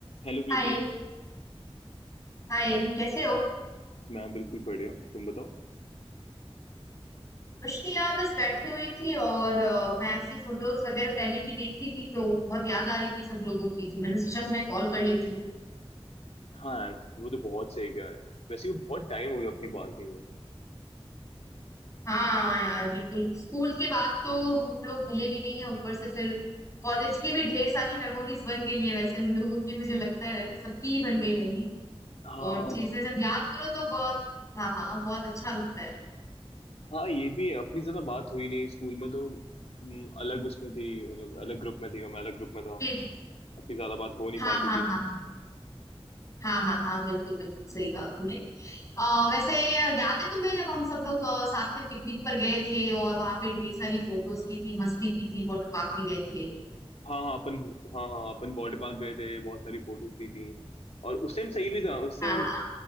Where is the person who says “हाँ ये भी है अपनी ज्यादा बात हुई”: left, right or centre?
Left